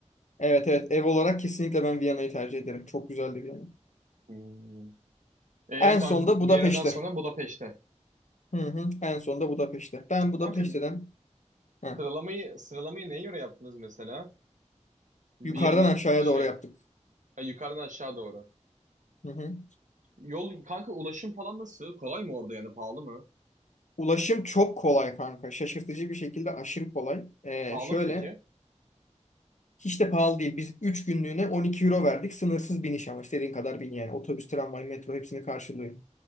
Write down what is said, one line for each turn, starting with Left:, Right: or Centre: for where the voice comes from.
Left: Evet evet ev olarak kesinlikle ben Viyana'yı tercih ederim. Çok güzeldi Viyana.
Right: Hmm. E,
Left: En
Right: kanka
Left: son da Budapeşte.
Right: Viyana'dan sonra Budapeşte.
Left: Hı hı. En son da Budapeşte. Ben Budapeşte'den
Right: Kanka
Left: ha,
Right: sıralamayı sıralamayı neye göre yaptınız mesela? Viyana
Left: yukarıdan aşağıya
Right: şey
Left: doğru yaptık.
Right: ha, yukarıdan aşağı doğru.
Left: Hı hı.
Right: Yol kanka ulaşım falan nasıl? Kolay mı orada yani pahalı mı?
Left: Ulaşım çok kolay kanka. Şaşırtıcı bir şekilde aşırı kolay. Ee,
Right: Pahalı
Left: şöyle
Right: mı peki?
Left: hiç de pahalı değil. Biz 3 günlüğüne 12 euro verdik. Sınırsız biniş ama istediğin kadar bin yani. Otobüs, tramvay, metro hepsini karşılıyor.